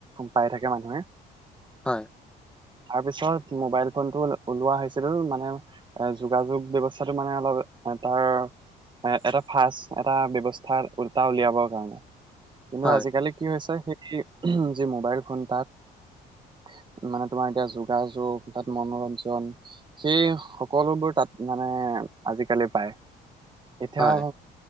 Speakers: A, on the right; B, in the centre.
A: পাই থাকে মানুহে।
B: হয়।
A: তাৰ পিছত মোবাইল ফোনটো ওলোৱা হৈছিল মানে এ যোগাযোগ ব্যৱস্থাটো মানে অলপ তাৰ মানে এটা ভাজ এটা ব্যৱস্থা এটা উলিয়াব। কিন্তু
B: হয়
A: আজিকালি কি হৈছে যি মোবাইল ফোন তাত <unintelligible> মানে তোমাৰ এতিয়া যোগাযোগ তাত মনোৰঞ্জন সেই সকলোবোৰ তাত <unintelligible> মানে আজিকালি পায় এতিয়া
B: হয়